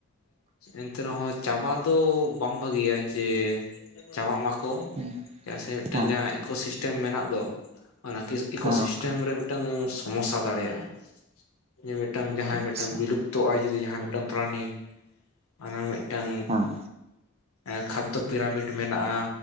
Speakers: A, on the left; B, on the right.
A: ᱮᱱᱛᱮ ᱨᱮᱦᱚᱸ ᱪᱟᱵᱟ ᱫᱚ ᱵᱟᱝ ᱵᱷᱟᱹᱜᱤᱭᱟ ᱡᱮ ᱪᱟᱵᱟᱜ ᱢᱟᱠᱚ
B: ᱦᱮᱸ
A: ᱪᱮᱫᱟᱜ ᱥᱮ ᱢᱤᱫᱴᱟᱝ
B: ᱦᱮᱸ
A: ᱡᱟᱦᱟᱸ ᱤᱠᱳᱥᱤᱥᱴᱮᱢ ᱢᱮᱱᱟᱜ ᱫᱚ ᱚᱱᱟ <unintelligible> ᱤᱠᱳᱥᱤᱥᱴᱮᱢ
B: ᱜᱚᱝᱠᱮ
A: ᱨᱮ ᱢᱤᱫᱴᱟᱝ ᱥᱚᱢᱚᱥᱥᱟ ᱫᱟᱲᱮᱭᱟᱜᱼᱟ᱾ ᱡᱮ ᱢᱤᱫᱴᱟᱝ ᱡᱟᱦᱟᱸᱭ
B: ᱟᱪᱪᱷᱟ
A: ᱢᱤᱫᱴᱟᱝ ᱵᱤᱞᱩᱯ ᱛᱚ ᱟᱭ ᱡᱩᱫᱤ ᱡᱟᱦᱟᱸᱭ ᱢᱤᱫᱴᱟᱝ ᱯᱨᱟᱱᱤ ᱚᱱᱟ ᱢᱤᱫᱴᱟᱝ
B: ᱦᱮᱸ
A: ᱮᱸ ᱠᱷᱟᱫᱽ ᱫᱚ ᱯᱤᱨᱟᱢᱤᱰ ᱢᱮᱱᱟᱜᱼᱟ᱾